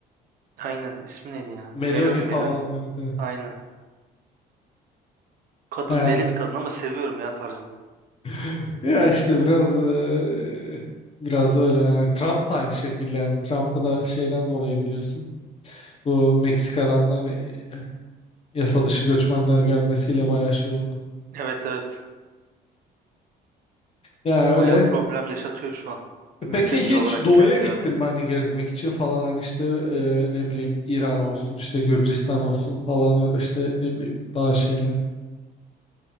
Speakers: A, on the right; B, on the left.
A: Aynen. İsmi neydi ya?
B: Meloni
A: Meloni,
B: falan
A: Meloni.
B: evet, evet.
A: Aynen. Kadın
B: Yani-
A: deli bir kadın ama seviyorum ya tarzını.
B: <laughs> ya işte biraz e, biraz öyle yani Trump da aynı şekilde yani Trump'ı da şeyden dolayı biliyorsun bu Meksika'dan hani yasa dışı göçmenler gelmesiyle bayağı şey oldu.
A: Evet evet.
B: Ya öyle.
A: Bayağı problem yaşatıyor şu an. Mülteci
B: E, Peki hiç
A: olarak
B: doğuya
A: girenler
B: gittin
A: Amerika'ya.
B: mi hani gezmek için falan hani işte e, ne bileyim İran olsun işte Gürcistan olsun falan ya da işte ne bileyim daha şeyler